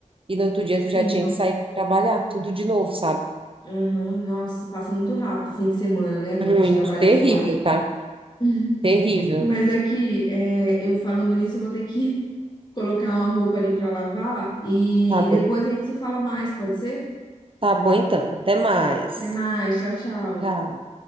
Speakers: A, on the right; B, on the left.
A: e no outro dia
B: sim.
A: tu já tinha que sair para trabalhar, tudo de novo, sabe?
B: Aham, Nossa, passa muito rápido o fim de semana, né? Quando
A: Muito
B: a gente trabalha
A: terrível,
B: fora.
A: tá?
B: Uhum.
A: Terrível.
B: Mas aqui, é, eu falando nisso, eu vou ter que <laughs> colocar uma roupa ali pra lavar e
A: Tá bem.
B: depois a gente se fala mais, pode ser?
A: Tá bom, então. Até mais.
B: Até mais, tchau, tchau.
A: Tchau.